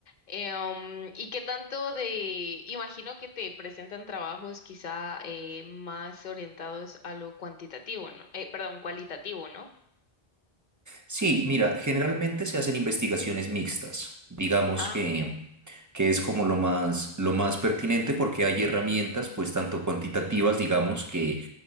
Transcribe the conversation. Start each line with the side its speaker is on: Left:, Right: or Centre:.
Left: Eh, um, ¿y qué tanto de, imagino que te presentan trabajos quizá eh, más orientados a lo cuantitativo, ¿no? Eh, perdón, cualitativo, ¿no?
Right: Sí, mira, generalmente se hacen investigaciones mixtas, digamos
Left: Ah,
Right: que,
Left: ok.
Right: que es como lo más, lo más pertinente porque hay herramientas, pues tanto cuantitativas, digamos que,